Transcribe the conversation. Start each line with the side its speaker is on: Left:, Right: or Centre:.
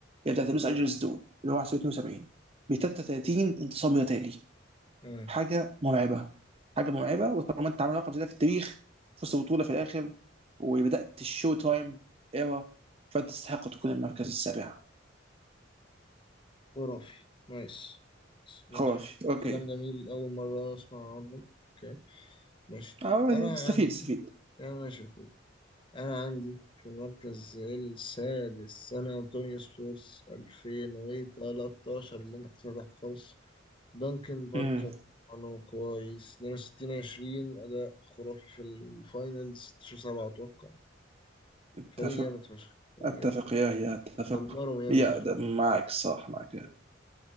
Right: هي بتاعت لوس أنجلوس دول اللي هو 72 ب 33 انتصار متتالي
Left: مم.
Right: حاجه مرعبه حاجه مرعبه وطالما انت عامل رقم زي ده في التاريخ فزت بطوله في الاخر وبدات الشو تايم ايرا فانت تستحق تكون المركز السابع
Left: خرافي نايس نايس. ماشي
Right: خرافي اوكي
Left: كلام جميل أول مرة أسمع عنه أوكي ماشي
Right: اه
Left: أنا
Right: تستفيد
Left: عندي
Right: تستفيد
Left: أنا ماشي يا أخوي أنا عندي في المركز السادس سان أنطونيو سبيرز 2013 اللي أنت كنت تحت خالص دانكن باركر
Right: امم
Left: أنا كويس 62 20 أداء خرافي في الفاينلز 16 7 أتوقع
Right: اتفق
Left: فريق جامد فشخ فريق
Right: اتفق
Left: جامد فشخ
Right: يا يا اتفق
Left: دمروا ميامي
Right: يا
Left: هيت في
Right: ده
Left: الفاينل
Right: معك صح معك يا